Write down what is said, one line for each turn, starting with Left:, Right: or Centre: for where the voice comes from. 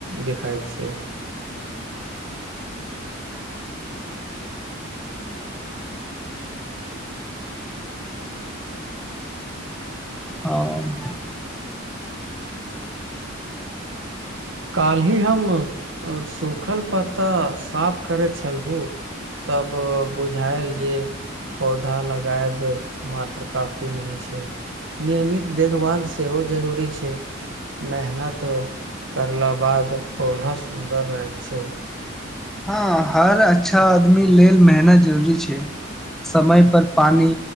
Right: देखाइत छै
Centre: हँ
Right: काल्हि हम सूखल पत्ता साफ करैत छलहु तब बुझायल जे पौधा लगायब मात्र काफी नहि छै नियमित देखभाल सेहो जरूरी छै मेहनत करला बाद पौधा सुन्दर रहैत छै
Centre: हँ हर अच्छा आदमी लेल मेहनत जरूरी छै समय पर पानी